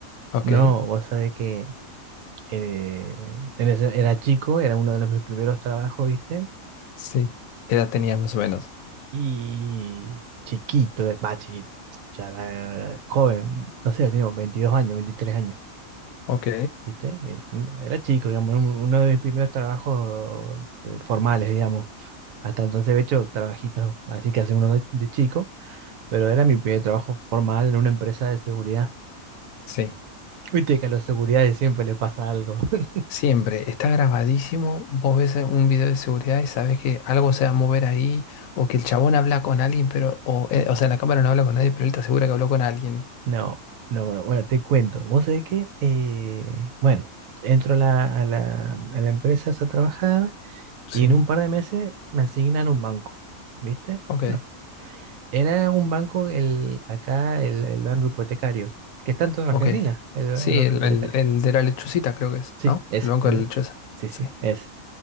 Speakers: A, on the left; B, on the right.
A: Ok,
B: No, vos sabés que eh, en ese- era chico, era uno de los mis primeros trabajos, ¿viste?
A: sí. ¿Qué edad tenías más o menos?
B: Y chiquito, eh, va, chiquito, ya era joven, no sé, tengo 22 años, 23 años.
A: Ok,
B: ¿viste? Eh, un- Era chico, digamos, era un- uno de mis primeros trabajos eh, formales, digamos. Hasta entonces había hecho trabajitos, así que hace uno de, de chico, pero era mi primer trabajo formal en una empresa de seguridad.
A: sí.
B: Viste que a los seguridades siempre le pasa algo. <laughs>
A: Siempre, está grabadísimo, vos ves un video de seguridad y sabes que algo se va a mover ahí, o que el chabón habla con alguien, pero, o, eh, o sea, la cámara no habla con nadie, pero él te asegura que habló con alguien.
B: No, no, bueno, bueno, te cuento. Vos sabés que, eh, bueno, entro a la, a la, a la empresa a trabajar
A: Sí.
B: y en un par de meses me asignan un banco, ¿viste?
A: Ok,
B: Bueno, Era un banco, el, acá, el, el banco hipotecario, que está en toda
A: ok.
B: Argentina, el, el
A: Sí,
B: banco
A: el,
B: hipotecario.
A: el, el de la lechucita creo que es,
B: Sí,
A: ¿no?
B: ese.
A: El banco
B: el
A: de la
B: de-
A: lechuza.
B: sí, sí,
A: Sí.
B: ese.